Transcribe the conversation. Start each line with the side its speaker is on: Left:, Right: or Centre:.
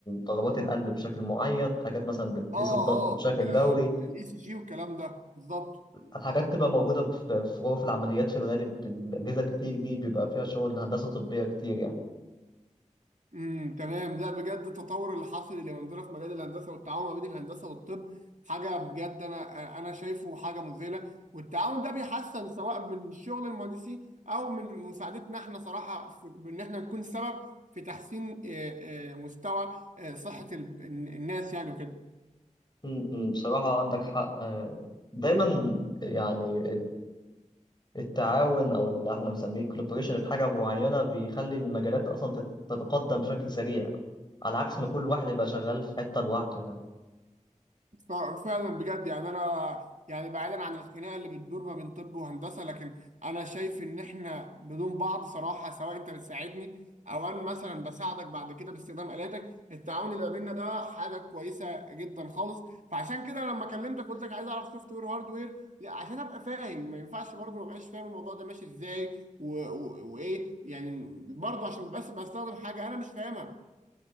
Left: ضربات القلب بشكل معين حاجات مثلا بتقيس
Right: اه
Left: الضغط
Right: اه
Left: بشكل دوري
Right: الاي سي جي والكلام ده بالظبط
Left: الحاجات تبقى موجوده في في غرف العمليات في الغالب الاجهزه كتير دي بيبقى فيها شغل هندسه طبيه كتير يعني
Right: امم تمام لا بجد التطور اللي حاصل اليومين دول في مجال الهندسه والتعاون ما بين الهندسه والطب حاجه بجد انا انا شايفه حاجه مذهله والتعاون ده بيحسن سواء من شغل المهندسين او من مساعدتنا احنا صراحه في ان احنا نكون سبب في تحسين آه، آه، مستوى آه، صحه ال- الناس يعني وكده
Left: م- م، بصراحه عندك حق آه، دايما يعني التعاون او اللي احنا بنسميه الكولابوريشن في حاجه معينه بيخلي المجالات اصلا تت- تتقدم بشكل سريع على عكس ما كل واحد يبقى شغال في حته لوحده يعني
Right: ف- فعلا بجد يعني انا يعني بعيدا عن الخناقه اللي بتدور ما بين طب وهندسه لكن انا شايف ان احنا بدون بعض صراحه سواء انت بتساعدني او انا مثلا بساعدك بعد كده باستخدام الاتك التعاون اللي ما بيننا ده حاجه كويسه جدا خالص فعشان كده لما كلمتك قلت لك عايز اعرف سوفت وير هاردوير عشان ابقى فاهم ما ينفعش برضه ما ابقاش فاهم الموضوع ده ماشي ازاي و- و- وايه يعني برضه عشان بس بستخدم حاجه انا مش فاهمها